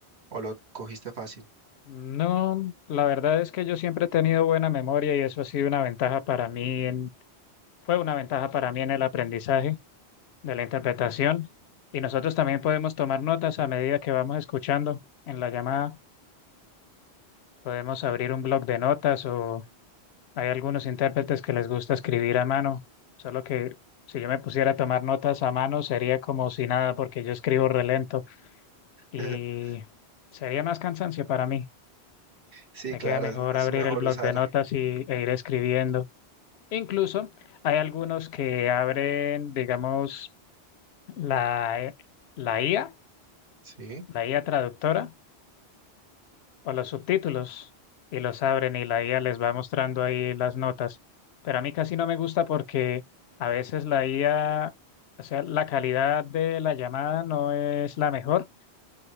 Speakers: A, on the right; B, on the left.
A: o lo cogiste fácil.
B: No, la verdad es que yo siempre he tenido buena memoria y eso ha sido una ventaja para mí en, fue una ventaja para mí en el aprendizaje de la interpretación. Y nosotros también podemos tomar notas a medida que vamos escuchando en la llamada. Podemos abrir un blog de notas o hay algunos intérpretes que les gusta escribir a mano, solo que si yo me pusiera a tomar notas a mano sería como si nada porque yo escribo relento y
A: <laughs>
B: sería más cansancio para mí.
A: Sí,
B: Me
A: claro,
B: queda mejor
A: es, es
B: abrir
A: mejor
B: el blog
A: usar.
B: de notas y, e ir escribiendo. Incluso hay algunos que abren, digamos, la, la IA,
A: Sí.
B: la IA traductora o los subtítulos y los abren y la IA les va mostrando ahí las notas. Pero a mí casi no me gusta porque a veces la IA, o sea, la calidad de la llamada no es la mejor